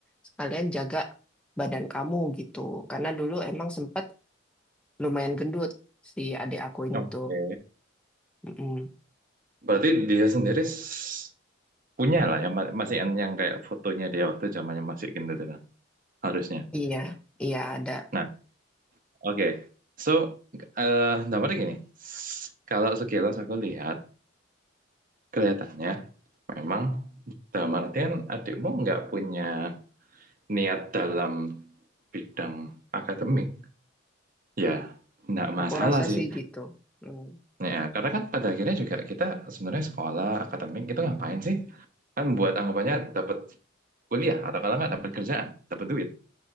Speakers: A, in the centre; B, on the right.
A: sekalian jaga badan kamu gitu. Karena dulu emang sempat lumayan gendut si adik aku ini
B: Oke.
A: tuh. Mm-mm.
B: Berarti dia sendiri s- punya lah yang ma- masih yang, yang kayak fotonya dia waktu zamannya masih gitu harusnya.
A: Iya, iya ada.
B: Nah, oke. So, eh dampaknya gini. S- Kalau sekilas aku lihat kelihatannya memang dalam artian adikmu nggak punya niat dalam bidang akademik, ya nggak masalah
A: Aku rasa
B: sih.
A: sih gitu. Mm.
B: Ya, karena kan pada akhirnya juga kita sebenarnya sekolah akademik itu ngapain sih? Kan buat anggapannya dapat kuliah atau kalau nggak dapat kerjaan, dapat duit.